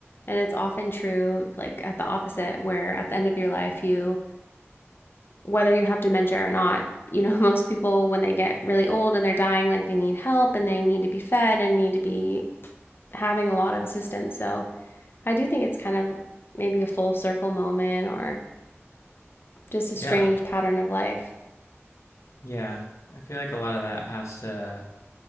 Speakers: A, on the left; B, on the left.
A: And it's often true like at the opposite where at the end of your life you whether you have dementia or not, you know, <laughs> most people when they get really old and they're dying like they need help and they need to be fed and need to be having a lot of assistance. So I do think it's kind of maybe a full circle moment or just a
B: yeah,
A: strange pattern of life.
B: yeah. I feel like a lot of that has to,